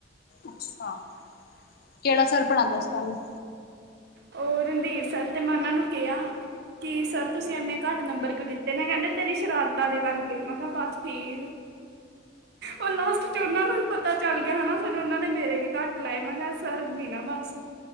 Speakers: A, on the left; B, on the right.
A: ਅੱਛਾ ਕੇੜਾ ਸਰ ਪੜ੍ਹਾਂਦਾ ਸੀ ਤੁਹਾਨੂੰ
B: ਓ ਰਣਧੀਰ ਸਰ ਤੇ ਮੈਂ ਉਨਾਂ ਨੂੰ ਕਿਆ ਕਿ ਸਰ ਤੁਸੀਂ ਇੰਨੇ ਘੱਟ ਨੰਬਰ ਕਿਉ ਦਿੱਤੇ ਨੇ ਕੈਂਦੇ ਤੇਰੀ ਸ਼ਰਾਰਤਾਂ ਦੇ ਕਰ ਮੈਂ ਕਿਆ ਬਸ ਠੀਕ। ਓ ਲਾਸਟ 'ਚ ਉਨਾਂ ਨੂੰ ਵੀ ਪਤਾ ਚੱਲ ਗਿਆ ਹਨਾ ਫਿਰ ਉਨਾਂ ਨੇ ਮੇਰੇ ਵੀ ਘੱਟ ਲਾਏ ਮੈਂ ਕਿਆ ਸਰ ਮੀ ਨਾ ਬਸ